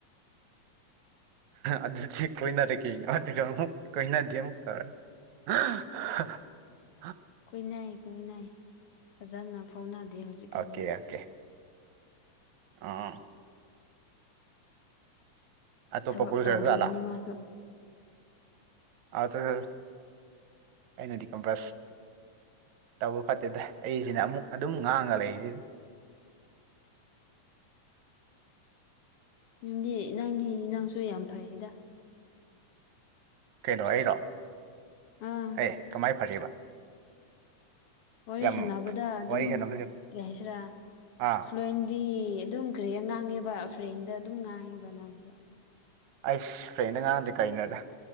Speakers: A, on the right (about 75°); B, on the left (about 60°).
A: ꯑꯗꯨꯗꯤ ꯀꯣꯏꯅꯔꯦ ꯀꯩꯅꯣ ꯑꯗꯨꯒ ꯑꯃꯨꯛ ꯀꯣꯏꯅꯗꯦ ꯑꯃꯨꯛ ꯇꯧꯔꯦ ꯍꯥ ꯍ
B: ꯀꯨꯏꯅꯩ ꯀꯨꯏꯅꯩ ꯐꯖꯅ ꯐꯥꯎꯅꯗꯦ ꯍꯧꯖꯤꯛꯀꯥꯟꯗꯤ
A: ꯑꯣꯀꯦ ꯑꯣꯀꯦ ꯑꯥ ꯑꯇꯣꯞꯄ
B: ꯊꯕꯛ
A: ꯀꯣꯏꯈ꯭ꯔ
B: ꯇꯧꯔꯤꯕꯅꯤ
A: ꯖꯥꯠꯂꯥ
B: ꯃꯥꯁꯨ
A: <unintelligible> ꯑꯩꯅꯗꯤꯀꯝꯕꯁ ꯇꯧꯕ ꯐꯠꯇꯦꯗ ꯑꯩꯖꯤꯅ ꯑꯃꯨꯛ ꯑꯗꯨꯝ ꯉꯥꯡꯉꯒ ꯂꯩꯔꯤꯖꯤꯗ
B: ꯅꯪꯗꯤ ꯅꯪꯗꯤ ꯅꯪꯁꯨ ꯌꯥꯝ ꯐꯩꯗꯥ
A: ꯀꯩꯅꯣ ꯑꯩꯔꯣ
B: ꯑꯥ
A: ꯑꯦ ꯀꯃꯥꯏ ꯐꯔꯤꯕ
B: ꯋꯥꯔꯤ
A: ꯌꯥꯝ
B: ꯁꯥꯟꯅꯕꯗꯥ ꯑꯗꯨꯝ
A: ꯋꯥꯔꯤ ꯁꯥꯟꯅꯕꯁꯦ
B: ꯀꯩ ꯍꯥꯏꯁꯤꯔꯥ
A: ꯑꯥ
B: ꯐ꯭ꯂꯨꯋꯦꯟꯂꯤ ꯑꯗꯨꯝ ꯀ꯭ꯔꯤ ꯉꯥꯡꯉꯦꯕꯥ ꯐ꯭ꯔꯦꯡꯗ ꯑꯗꯨꯝ ꯉꯥꯡꯉꯤꯕ ꯅꯪꯖꯨ
A: ꯑꯩꯁ ꯐ꯭ꯔꯦꯡꯗ ꯉꯥꯡꯝꯗꯗꯤ ꯀꯩꯅꯣꯗ